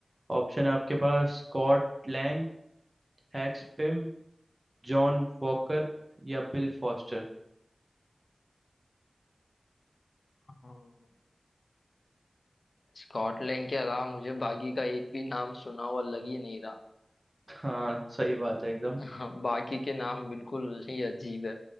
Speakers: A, on the right (about 35°); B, on the left (about 75°).
A: ऑप्शन है आपके पास स्कॉट लैंग हैक्स पिम जॉन वॉकर या बिल फॉस्टर
B: हाँ स्कॉटलैंड के अलावा मुझे बाकी का एक भी नाम सुना हुआ लग ही नहीं
A: हाँ सही बात है एकदम
B: रहा <laughs> बाकी के नाम बिल्कुल ही अजीब है